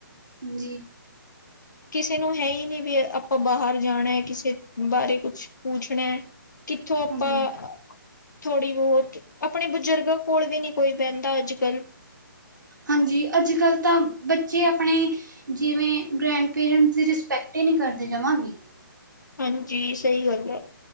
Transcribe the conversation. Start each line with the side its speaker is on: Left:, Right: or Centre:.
Right: ਹਾਂਜੀ
Left: ਕਿਸੇ ਨੂੰ ਹੈ ਹੀ ਨਹੀਂ ਵੀ ਆਪਾਂ ਬਾਹਰ ਜਾਣਾ ਹੈ ਕਿਸੇ ਬਾਰੇ ਕੁਛ ਪੁੱਛਣਾ। ਕਿੱਥੋਂ ਆਪਾਂ
Right: ਹਾਂਜੀ
Left: ਥੋੜ੍ਹੀ ਬਹੁਤ ਆਪਣੇ ਬਜ਼ੁਰਗਾਂ ਕੋਲ ਵੀ ਨੀ ਕੋਈ ਬਹਿੰਦਾ ਅੱਜ ਕੱਲ੍ਹ
Right: ਹਾਂਜੀ ਅੱਜ ਕੱਲ ਤਾਂ ਬੱਚੇ ਆਪਣੇ ਜਿਵੇਂ ਗ੍ਰੈਂਡ ਪੇਰੈਂਟਸ ਦੀ ਰਿਸਪੈਕਟ ਹੀ ਨਹੀਂ ਕਰਦੇ ਜਾਵਾਂ ਵੀ
Left: ਹਾਂਜੀ ਸਹੀ ਗੱਲ ਹੈ।